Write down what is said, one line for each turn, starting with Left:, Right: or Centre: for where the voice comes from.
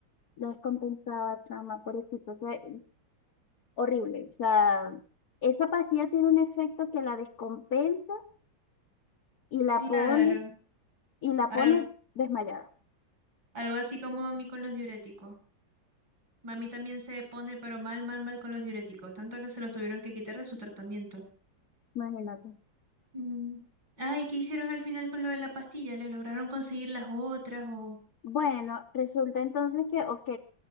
Left: la descompensaba, chama, pobrecito, o sea, horrible. O sea, esa pastilla tiene un efecto que la descompensa y la
Right: Claro.
Left: pone, y la
Right: Algo,
Left: pone desmayada,
Right: algo así como mami con los diuréticos. Mami también se pone, pero mal, mal, mal con los diuréticos. Tanto que se los tuvieron que quitar de su tratamiento.
Left: imagínate.
Right: Mm. Ay, ¿qué hicieron al final con lo de la pastilla? ¿Le lograron conseguir las otras o...?
Left: Bueno, resulta entonces que, ok,